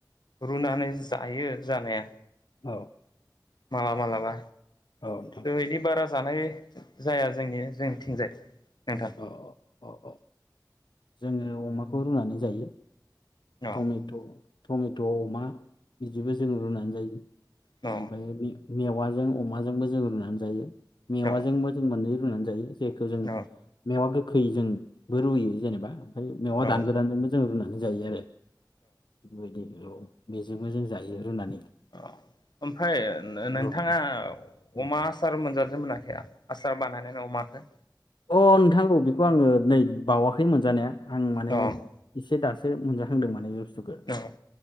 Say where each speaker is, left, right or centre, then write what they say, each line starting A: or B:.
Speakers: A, on the left; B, on the left.
A: रुनानै जायो जानाया
B: औ
A: मालाबा मालाबा
B: नोंथां
A: दोहैनि बारा जानाय जाया जोंनि जोंथिंजाय नोंथां
B: औ औ औ जोङो अमाखौ रुनानै जायो
A: औ
B: टमेट' टमेट' अमा बिदिबो जों रुनानै जायो
A: औ
B: ओमफ्राय बे मेवाजों अमाजोंबो जों रुनानै जायो मेवाजोंबो
A: औ औ
B: जों मोननै रुनानै जायो जायखौ जों
A: औ
B: मेवा गो खैजों बो रुयो जेनेबा ओमफ्राय मेवा
A: औ
B: दान गोदानजोंबो जों रुना नो जायो आरो बिबायदि औ बेजोंबो जों जायो रुनानै
A: अ ओमफ्राय नोंथाङा
B: औ नोंथां अ
A: अमा आसार मोनजादोनि मोनजायाखै? आसार बानायनानै अमाखौ
B: अ नोंथां बेखौ आङो नै बावाखै मोनजानाया आं माने
A: अ
B: एसे दासो से मोनजाखांदों माने बे थुखो
A: अ